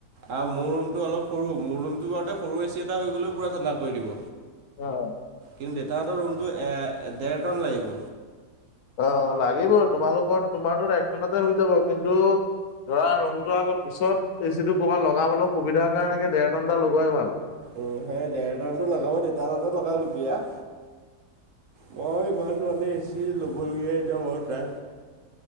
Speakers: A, on the right; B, on the left.
A: আৰু মোৰ ৰুমটো অলপ সৰু, মোৰ ৰুমটো বাৰুতে সৰু এ চি এটা হৈ গ'লেও পুৰা ঠাণ্ডা কৰি দিব।
B: অহ'।
A: কিন্তু দেউতাহঁতৰ ৰুমটো এ ডেৰটন লাগিব।
B: অ' লাগিব, তোমালোকৰ তোমাৰতো একটনতে হৈ যাব কিন্তু ধৰা ৰুমটো আকৌ পিছত এচি টো ক'ৰবাত লগাবলৈ সুবিধাৰ কাৰণে ডেৰ টনটা লগোৱাই ভাল।
A: উম সেই ডেৰটানটো লগাব দেটা হতে লগাওক এতিয়া। মই ইমান মানে এ ছি ল'বলগীয়া এতিয়া মন নাই।